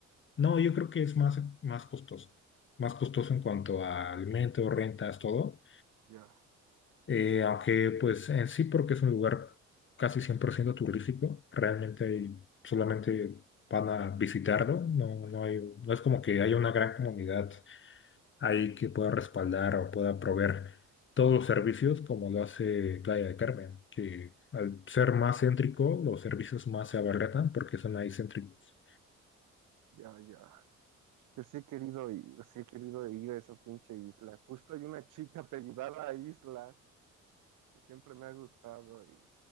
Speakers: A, on the left (about 40°); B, on the right (about 85°).
A: no, yo creo que es más, más costoso, más costoso en cuanto a alimentos, rentas, todo,
B: Ya,
A: Eh, aunque pues en sí porque es un lugar casi 100% turístico, realmente hay- solamente van a visitarlo, no, no hay, no es como que haya una gran comunidad ahí que pueda respaldar o pueda proveer todos los servicios como lo hace Playa de Carmen, que al ser más céntrico, los servicios más se abaratan porque son ahí céntricos.
B: ya, ya. que sí he querido ir, sí he querido ir a esa pinche isla. Justo hay una chica apellidada a Isla que siempre me ha gustado y